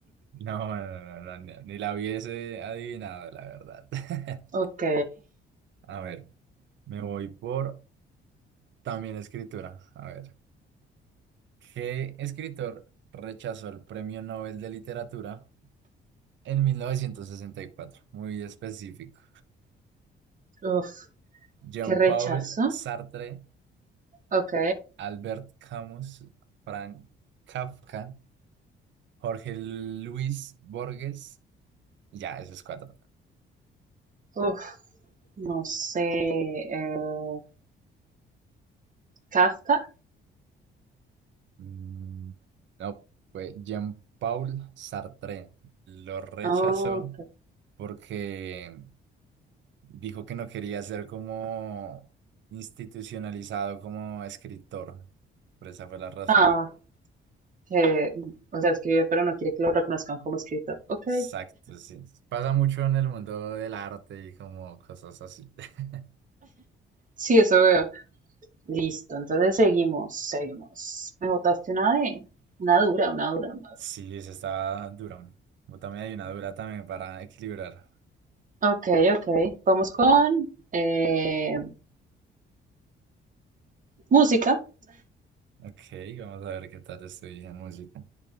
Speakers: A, on the right; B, on the right.
A: no, no, no, no, ni la hubiese adivinado, la verdad. <laughs>
B: Ok,
A: A ver, me voy por también escritura. A ver, ¿qué escritor rechazó el Premio Nobel de Literatura en 1964? Muy específico.
B: uf,
A: <laughs> Jean-Paul
B: qué rechazo.
A: Sartre.
B: Ok,
A: Albert Camus, Frank Kafka, Jorge Luis Borges. Ya, esos cuatro.
B: uf, no sé. eh, Kafka,
A: Mm, no, fue Jean-Paul Sartre. Lo rechazó
B: oh,
A: porque dijo que no quería ser como institucionalizado como escritor. Por esa fue la razón.
B: ah, que, o sea, escribe, pero no quiere que lo reconozcan como escritor. Ok,
A: Exacto, sí. Pasa mucho en el mundo del arte y como cosas así. <laughs>
B: sí, eso veo. Listo, entonces seguimos, seguimos. Me botaste una de, una dura, una dura, una
A: Sí, esa está dura. Yo también hay una dura también para equilibrar.
B: dura. Ok, ok, vamos con eh, música.
A: Ok, vamos a ver qué tal estoy en música.